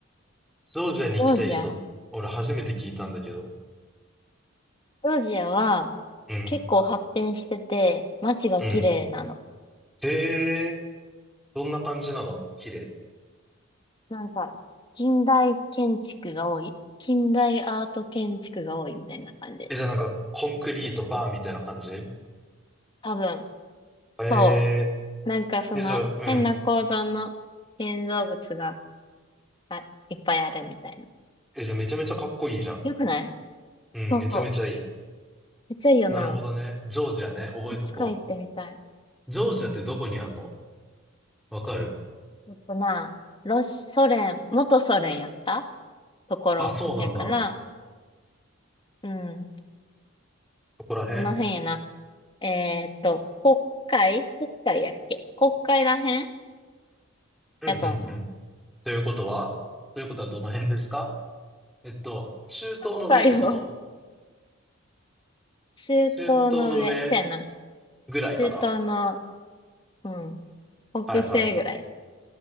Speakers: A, in the centre; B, on the left.
A: ジョージアに行きたい人、
B: ジョージア、
A: 俺初めて聞いたんだけど。
B: ジョージアは
A: うん。
B: 結構発展してて、街が綺麗なの。
A: うん。へえ、どんな感じなの綺麗。
B: なんか、近代建築が多い。近代アート建築が多いみたいな感じ。
A: え、じゃあなんか、コンクリートバーみたいな感じ
B: 多分。
A: ええ
B: そう。なんかその変な構造の建造物が
A: ー、え、じゃあ、うん。
B: あいっぱいあるみたいな。
A: え、じゃあめちゃめちゃかっこいいじゃん。
B: よくない
A: うん、
B: そう。
A: めちゃめちゃいい。
B: めっちゃいいよな。
A: なるほどね。ジョージアね、覚えとこ
B: いつか行ってみたい。
A: う。ジョージアってどこにあんの
B: うん。
A: わかる
B: あとな、ロシ、ソ連、元ソ連やったところやから、
A: あ、そうなんだ。
B: うん。
A: ここら辺
B: この辺やな。えーっと、国会国会やっけ国会らへん
A: うん、
B: やと思う。
A: うん、うん。ということはということはどの辺ですかえっと、中東の上ってこと
B: 国会を <laughs> 中東の上。
A: 中東の上
B: そやな。
A: ぐらいかな。
B: 中東の、うん。北西ぐらい。
A: はいはいはい。